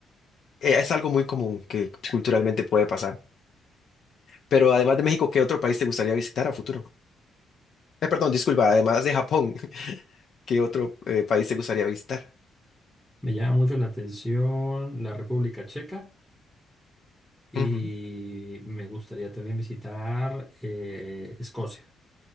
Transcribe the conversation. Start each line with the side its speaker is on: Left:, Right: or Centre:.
Left: eh, es algo muy común que culturalmente puede pasar. Pero además de México, ¿qué otro país te gustaría visitar a futuro? Eh, perdón, disculpa, además de Japón, <laughs> ¿qué otro eh, país te gustaría visitar?
Centre: Me llama mucho la atención la República Checa y
Left: Ujú.
Centre: me gustaría también visitar eh, Escocia.